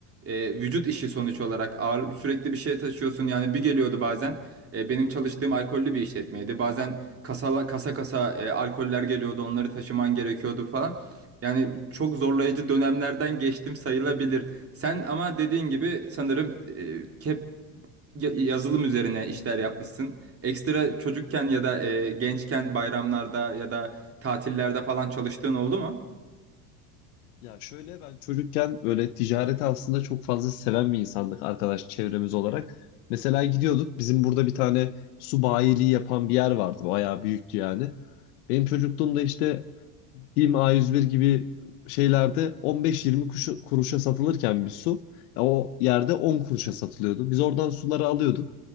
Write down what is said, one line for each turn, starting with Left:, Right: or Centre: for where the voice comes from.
Right: E, vücut işi sonuç olarak ağır sürekli bir şey taşıyorsun. Yani bir geliyordu bazen. E, benim çalıştığım alkollü bir işletmeydi. Bazen kasa kasa kasa e, alkoller geliyordu, onları taşıman gerekiyordu falan. Yani çok zorlayıcı dönemlerden geçtim sayılabilir. Sen ama dediğin gibi sanırım e, hep ya- yazılım üzerine işler yapmışsın. Ekstra çocukken ya da e, gençken bayramlarda ya da tatillerde falan çalıştığın oldu mu?
Left: Ya şöyle ben çocukken böyle ticareti aslında çok fazla seven bir insandık arkadaş çevremiz
Right: Hı
Left: olarak.
Right: hı.
Left: Mesela gidiyorduk bizim burada bir tane su bayiliği yapan bir yer vardı. Bayağı büyüktü yani. Benim çocukluğumda işte BİM A101 gibi şeylerde 15-20 kuşu- kuruşa satılırken bir su ya o yerde 10 kuruşa satılıyordu. Biz oradan suları alıyorduk.